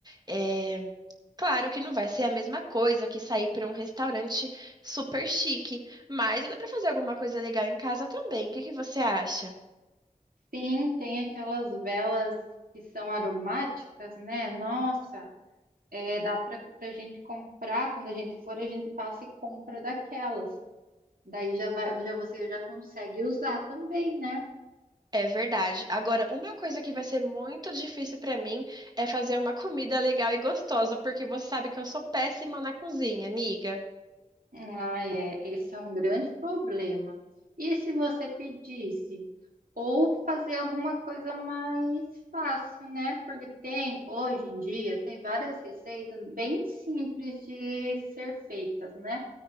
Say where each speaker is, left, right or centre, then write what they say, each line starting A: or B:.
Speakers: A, on the right (about 30°); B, on the right (about 85°).
A: É, Claro que não vai ser a mesma coisa que sair para um restaurante super chique, mas dá para fazer alguma coisa legal em casa também. O que que você acha?
B: Sim, tem aquelas velas que são aromáticas, né? Nossa, é, dá para a gente comprar, quando a gente for, a gente passa e compra daquelas. Daí já vai, já você já consegue usar também, né?
A: É verdade. Agora, uma coisa que vai ser muito difícil para mim é fazer uma comida legal e gostosa, porque você sabe que eu sou péssima na cozinha, amiga.
B: Ah, é, esse é um grande problema. E se você pedisse ou fazer alguma coisa mais fácil, né? Porque tem, hoje em dia, tem várias receitas bem simples de ser feitas, né?